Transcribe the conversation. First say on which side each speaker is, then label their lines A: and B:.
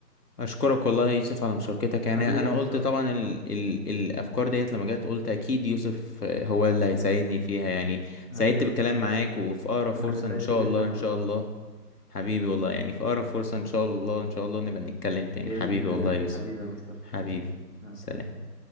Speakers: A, on the left (about 65°); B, on the left (about 45°).
A: اشكرك والله يا يوسف على مشاركتك
B: حبيبي
A: يعني انا
B: يا مصطفى
A: قلت طبعا ال ال الافكار ديت لما جت قلت اكيد يوسف آه، هو اللي هيساعدني فيها يعني
B: حبيبي
A: سعدت بالكلام
B: يا مصطفى
A: معاك وفي اقرب فرصه
B: أنا اللي سعدت
A: ان شاء
B: جدا
A: الله ان
B: والله
A: شاء الله حبيبي والله يعني في اقرب فرصه ان شاء الله ان شاء الله نبقى نتكلم تاني
B: بإذن
A: حبيبي
B: الله
A: والله يا يوسف
B: حبيبي يا مصطفى
A: حبيبي
B: مع
A: سلام
B: السلامة